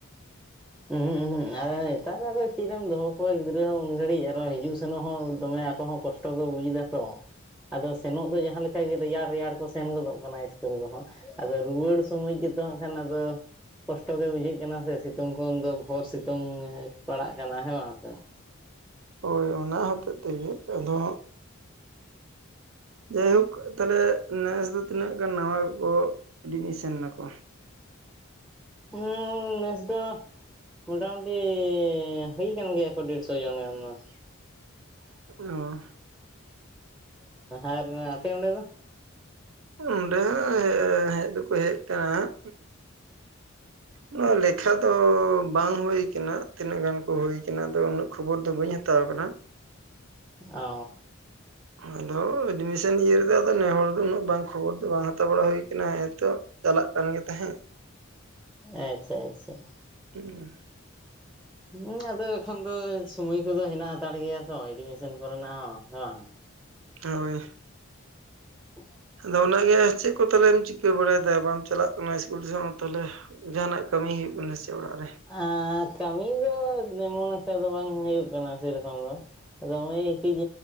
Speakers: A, on the right (about 75°); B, in the centre.
A: <inaudible>
B: ᱩᱸᱦᱩ ᱩᱸᱦᱩ ᱟᱫᱚ ᱱᱮᱛᱟᱨ ᱟᱫᱚ ᱪᱮᱫ ᱮᱢ ᱫᱚᱦᱚ ᱠᱚᱣᱟ ᱜᱤᱫᱽᱨᱟᱹ ᱦᱚᱸ ᱩᱱ ᱜᱷᱟᱲᱤᱡ ᱟᱨᱚ ᱦᱤᱡᱩᱜ ᱥᱮᱱᱚᱜ ᱦᱚᱸ ᱫᱚᱢᱮ ᱟᱠᱚ ᱦᱚᱸ ᱠᱚᱥ ᱴᱚ ᱠᱚ ᱵᱩᱡ ᱮᱫᱟ ᱛᱚ, ᱟᱫᱚ ᱥᱮᱱᱚᱜ ᱫᱚ ᱡᱟᱦᱟᱸ ᱞᱮᱠᱟ ᱜᱮ ᱨᱮᱭᱟᱲ ᱨᱮᱭᱟᱲ ᱠᱚ ᱥᱮᱱ ᱜᱚᱫᱚᱜ ᱠᱟᱱᱟ ᱤᱥᱠᱩᱞ ᱫᱚᱦᱟᱜ ᱟᱫᱚ ᱨᱩᱣᱟᱹᱲ ᱥᱚᱢᱚᱭ ᱜᱮᱛᱚ, ᱮᱱ ᱠᱷᱟᱱ ᱟᱫᱚ ᱠᱚᱥᱴᱚ ᱜᱮ ᱵᱩᱡᱷᱟᱹᱜ ᱠᱟᱱᱟ ᱥᱮ ᱥᱤᱛ ᱥᱤᱛᱩᱝ ᱠᱷᱚᱱ ᱫᱚ ᱵᱷᱳᱨ ᱥᱤᱛᱩᱝ ᱯᱟᱲᱟᱜ ᱠᱟᱱᱟ ᱦᱮᱸ ᱵᱟᱝ ᱥᱮ ᱾
A: ᱦᱳᱭ ᱚᱱᱟ ᱦᱚᱛᱮᱡ ᱛᱮᱜᱮ ᱾ ᱟᱫᱚ ᱡᱟᱭ ᱦᱳᱠ ᱛᱟᱦᱚᱞᱮ ᱱᱮᱥ ᱫᱚ ᱛᱤᱱᱟᱹᱜ ᱜᱟᱱ ᱱᱟᱣᱟ ᱠᱚ ᱮᱰᱢᱤᱥᱮᱱᱴᱱ ᱱᱟᱠᱚ
B: ᱦᱩᱸ ᱱᱮᱥ ᱫᱚ ᱢᱚᱴᱟᱢᱩᱴᱤ ᱦᱩᱭ ᱟᱠᱟᱱ ᱜᱮᱭᱟ ᱠᱚ ᱰᱮᱲᱥᱚ ᱡᱚᱱ ᱜᱟᱱ ᱫᱚ ᱾
A: ᱚ
B: ᱟᱨ ᱟᱯᱮ ᱚᱸᱰᱮ ᱫᱚ?
A: ᱱᱚᱸᱰᱮ ᱦᱚᱸ ᱦᱮᱡ ᱫᱚᱠᱚ ᱦᱮᱡ ᱠᱟᱱᱟ ᱦᱟᱸᱜ ᱱᱚᱣᱟ ᱞᱮᱠᱷᱟ ᱫᱚ ᱵᱟᱝ ᱦᱩᱭ ᱠᱟᱱᱟ᱾ ᱛᱤᱱᱟᱹᱜ ᱜᱟᱱ ᱠᱚ ᱦᱩᱭ ᱟᱠᱟᱱᱟ ᱟᱫᱚ ᱩᱱᱟᱹᱜ ᱠᱷᱚᱵᱚᱨ ᱫᱚ ᱵᱟᱹᱧ ᱦᱟᱛᱟᱣ ᱠᱟᱫᱟ ᱾
B: ᱚ
A: ᱟᱫᱚ ᱮᱰᱢᱤᱥᱚᱱ ᱤᱭᱟᱹ ᱨᱮᱫᱚ ᱟᱫᱚ ᱱᱮᱦᱚᱲ ᱫᱚ ᱩᱱᱟᱹᱜ ᱵᱟᱝ ᱠᱷᱚᱵᱚᱨ ᱫᱚ ᱵᱟᱝ ᱦᱟᱛᱟᱣ ᱵᱟᱲᱟ ᱦᱩᱭ. ᱠᱟᱱᱟ ᱦᱮᱸ ᱛᱚ ᱪᱟᱞᱟᱜ ᱠᱟᱱ ᱜᱮ ᱛᱟᱦᱮᱸᱫ ᱾
B: ᱟᱪᱪᱷᱟ ᱟᱪᱪᱷᱟ ᱾
A: ᱦᱩᱸ ᱾
B: ᱦᱩᱸ ᱟᱫᱚ ᱮᱠᱷᱚᱱ ᱫᱚ ᱥᱚᱢᱚᱭ ᱠᱚᱫᱚ ᱦᱮᱱᱟᱜ ᱦᱟᱛᱟᱲ ᱜᱮᱭᱟ ᱛᱚ ᱮᱰᱢᱤᱥᱚᱱ ᱠᱚᱨᱮᱱᱟᱜ ᱦᱚᱸ ᱦᱮᱸ ᱵᱟᱝ ᱾
A: ᱦᱳᱭ ᱾
B: <inaudible>
A: ᱟᱫᱚ ᱚᱱᱟᱜᱮ ᱪᱮᱫ ᱠᱚ ᱛᱟᱦᱚᱞᱮᱢ ᱪᱤᱠᱟᱹ ᱵᱟᱲᱟᱭ ᱫᱟ ᱵᱟᱢ ᱪᱟᱞᱟᱜ ᱠᱟᱱᱟ ᱤᱥᱠᱩᱞ ᱥᱮᱫ ᱦᱚᱸ ᱛᱟᱦᱚᱞᱮ ᱾ ᱡᱟᱦᱟᱱᱟᱜ ᱠᱟᱹᱢᱤ ᱦᱩᱭᱩᱜ ᱠᱟᱱᱟ ᱥᱮ ᱚᱲᱟᱜ ᱨᱮ?
B: ᱟᱸᱻ ᱠᱟᱹᱢᱤ ᱫᱚ ᱛᱮᱢᱚᱱ ᱮᱠᱴᱟ ᱫᱚ ᱵᱟᱝ ᱦᱩᱭᱩᱜ ᱠᱟᱱᱟ ᱥᱮ ᱨᱚᱠᱚᱢ ᱫᱚ ᱾ ᱟᱫᱚ ᱱᱚᱜ-ᱚᱭ ᱠᱟᱹᱡ